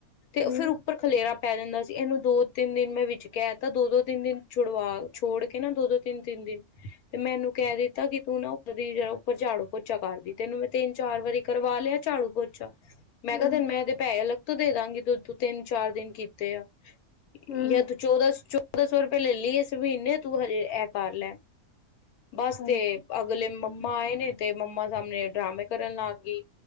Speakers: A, on the left; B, on the left.
A: ਤੇ
B: ਹਮ
A: ਫਿਰ ਉੱਪਰ ਖਲੇਰਾ ਪੈ ਜਾਂਦਾ ਸੀ ਇਹਨੂੰ ਦੋ ਤਿੰਨ ਦਿਨ ਮੈਂ ਵਿੱਚ ਕਹ ਤਾਂ ਦੋ ਦੋ ਤਿੰਨ ਦਿਨ ਛੁਡਵਾ ਛੋੜ ਕੇ ਨਾ ਦੋ ਦੋ ਤਿੰਨ ਤਿੰਨ ਦਿਨ ਤੇ ਮੈਨੂੰ ਕਹਿ ਦਿੱਤਾ ਕਿ ਤੂੰ ਨਾ ਉੱਪਰ ਦੀ ਜੜਾ ਉੱਪਰ ਝਾੜੂ ਪੋਚਾ ਕਰਦੀ ਤੈਨੂੰ ਮੈਂ ਤਿੰਨ ਚਾਰ ਵਾਰੀ ਕਰਵਾ ਲਿਆ ਝਾੜੂ ਪੋਚਾ ਮੈਂ
B: ਹਮ
A: ਕਿਹਾ ਤੈਨ ਮੈਂ ਇਹਦੇ ਪੈਸੇ ਅਲਗ ਤੋਂ, ਦੇ ਦਾਂਗੀ ਦੋ- ਦੋ, ਤਿੰਨ- ਚਾਰ ਦਿਨ ਕੀਤੇ ਆ।
B: ਹਮ
A: ਯਾ, ਤੂੰ ਚੌਦਾਂ- ਸੋ ਦਾ, ਸੌ- ਰੁਪਏੈ ਲੈ ਲਈ, ਇਸ ਮਹੀਨੇ ਤੂੰ, ਹਜੇ ਇਹ ਕਰ ਲੈ।
B: ਅੱਛਾ
A: ਬਸ ਤੇ, ਅਗਲੇ ਮੰਮਾ ਆਏ ਨੇ, ਤੇ, ਮੰਮਾ ਸਾਹਮਣੇ ਡਰਾਮੇ ਕਰਨ ਲੱਗ ਗਈ।